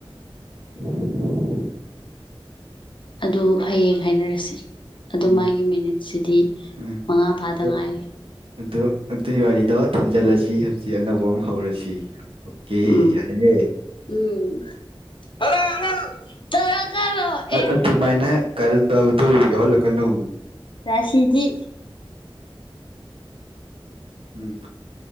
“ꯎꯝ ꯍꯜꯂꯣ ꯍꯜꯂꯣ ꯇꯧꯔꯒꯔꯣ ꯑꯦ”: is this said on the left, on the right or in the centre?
Left